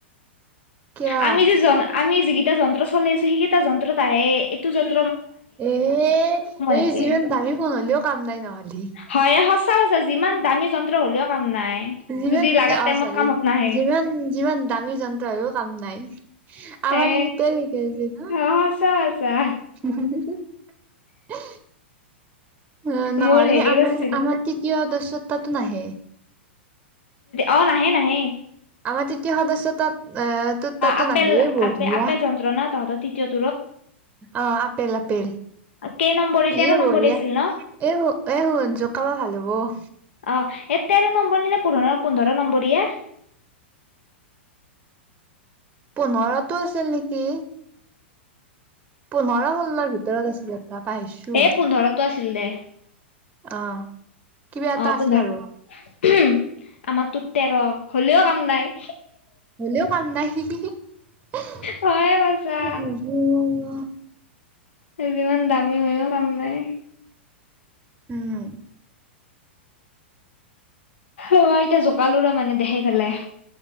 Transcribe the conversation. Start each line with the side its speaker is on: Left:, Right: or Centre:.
Right: কিয়া
Left: আমি যে জন আমি যিকেইটা যন্ত্ৰ চলাই আছো সেইকেইটা যন্ত্ৰত আহে এইটো যন্ত
Right: এ এই
Left: ইয়াতে
Right: যিমান দামী ফোন হলেও কাম নাই নহ'লি।
Left: হয় সঁচা কৈছা যিমান দামী যন্ত্ৰ হলেও কাম নাই
Right: যিমান
Left: যদি লাগা টাইমত
Right: অ চৰি
Left: কামত নাহে
Right: যিমান যিমান দামী যন্ত্ৰ আৰু কাম নাই। আমাৰ
Left: এ
Right: ই গতে শিক
Left: অ সঁচা কৈছা
Right: আছে ন। উ নহ'লে
Left: মোৰ হেৰি
Right: আমাৰ
Left: কৰিছিলো
Right: আমাৰ তৃতীয় দ তোৰ তাতো নাহে।
Left: অ' নাহে, নাহে।
Right: আমাৰ তৃতীয় সদস্য তাত এ তোৰ তাতো
Left: আপেল
Right: নাহে বঢ়িয়া
Left: আপ আপেল যন্ত্ৰ ন তহঁতৰটো <unintelligible>
Right: অ' আপেল -আপেল
Left: কেই নম্বৰী তেৰ
Right: এ
Left: নম্বৰী
Right: বঢ়িয়া
Left: আছিল ন
Right: এ এ! শুনছো খাবা ভাল হ'ব।
Left: অ এ তেৰ নম্বৰী নে পোন্ধৰ পোন্ধৰ নম্বৰীয়ে।
Right: পোন্ধৰতো আছিল নেকি। পোন্ধৰ ষোল্লৰ ভিতৰত আছিল এটা পাইহাছো।
Left: এ এ পোন্ধৰটো আছিল দে
Right: অ'। কিবা এটা
Left: অ'
Right: আছিল
Left: পোন্ধৰ
Right: আৰু
Left: আমাৰতো তেৰ হ'লেও কাম নাই।
Right: হ'লেও কাম নাই। <unintelligible>
Left: হয় বাছা যিমান দামী হৈও কাম নাই।
Right: উ'ম।
Left: অ' এতিয়া জোকালো ৰ মানে দেখাই পেলাই।